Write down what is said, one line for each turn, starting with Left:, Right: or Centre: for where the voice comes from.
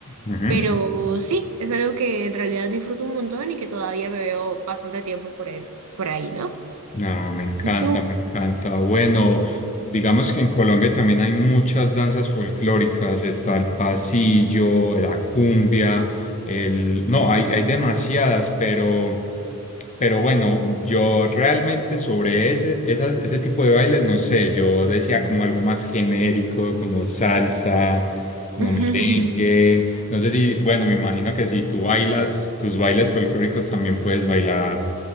Left: Ujú.
Right: Pero sí, es algo que en realidad disfruto un montón y que todavía me veo bastante tiempo por él, por ahí, ¿no?
Left: Ah, me encanta,
Right: ¿Y tú?
Left: me encanta. Bueno, digamos que en Colombia también hay muchas danzas folclóricas. Está el pasillo, la cumbia, el... No, hay, hay demasiadas, pero, pero bueno, yo realmente sobre ese, esas- ese tipo de bailes, no sé, yo decía como algo más genérico, como salsa, como
Right: <laughs>
Left: merengue. No sé si, bueno, me imagino que si tú bailas tus bailes folclóricos, también puedes bailar